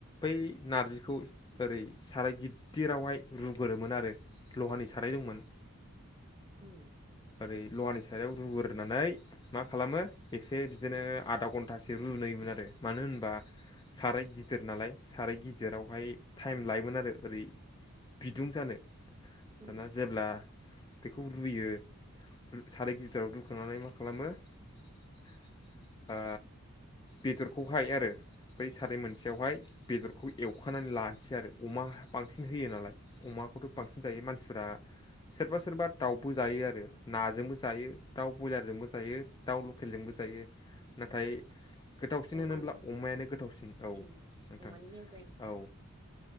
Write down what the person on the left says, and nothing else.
बै नारजिखौ ओरै साराय गिददिरावहाय रुगोरोमोन आरो लहानि साराय दंमोन।
ओरै लहानि साराइयाव रुग्रोनानै मा खालामो एसे बिदिनो आधा घन्टासो रुयोमोन आरो मानो होनबा साराय गिदिर नालाय साराय गिदिरावहाय टाइम लायोमोन आरो ओरै बिदुं जानो
दाना जेब्ला बेखौ रुयो साराय गिदिराव रुखांनानै मा खालामो ओ बेदरखौहाय आरो बै साराय मोनसेयावहाय बेदरखौ एवखानानै लानोसै आरो अमा बांसिन होयो नालाय। अमाखौथ' बांसिन जायो मानसिफोरा सोरबा सोरबा दाउबो जायो आरो नाजोंबो जायो दाउ ब्रयलारजोंबो जायो। दाउ लकेलजोंबो जायो नाथाय गोथावसिन
होनोब्ला अमायानो गोथावसिन औ
नोंथां
औ